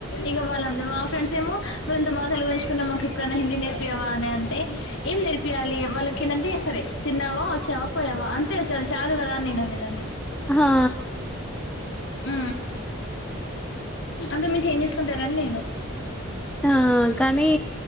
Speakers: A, on the left; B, in the centre.
A: ఇక వాళ్ళంద మా ఫ్రెండ్స్ ఏమో నువ్వు ఇంత మా తలు గురించుకున్నా మాకు ఎప్పుడైనా హిందీ నేర్పయావా అని అంటే ఏం నేర్పయాలి వాళ్ళకి ఏందంటే సరే తిన్నావా వచ్చావా పోయావా అంతే వచ్చాలి చాలుదు కదా అని నేను అనేదాన్ని
B: హా
A: ఆ అంత మించి ఏం చేసుకుంటారని నేను
B: ఆ కానీ